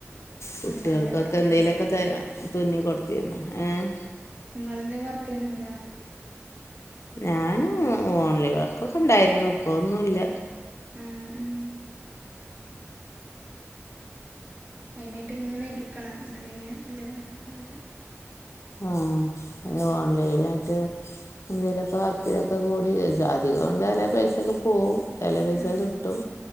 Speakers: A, on the left; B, on the right.
A: കുട്ടികൾക്കൊക്കെ
B: നിങ്ങളെന്തേ വർക്ക് ചെയ്യണ്ടോ
A: എന്തേലുക്കെ തുന്നി കൊടുത്തിരുന്നോ ഏഹ്
B: നിങ്ങളെന്തേലും വർക്ക് ചെയ്യണുണ്ടോ?
A: ഞാൻ ഓൺലൈൻ വർക്കൊക്കെ ഉണ്ടായിരുന്നു, ഇപ്പോന്നുല്ല
B: ഉം ഉം അയിനായിട്ട് ഇങ്ങനെ ഇരിക്കണം, എന്ന പിന്നെ വല്ല കുഴപ്പണ്ടാവില്ല
A: ആഹ് അയ്ന് ഓണ്ലൈനായിട്ട് എന്തെലൊക്കെ വർക്കിലൊക്കെ കൂടി അധികം <unintelligible> പൈസൊക്കെ പോവും ചെല പൈസ
B: ഉം
A: കിട്ടും.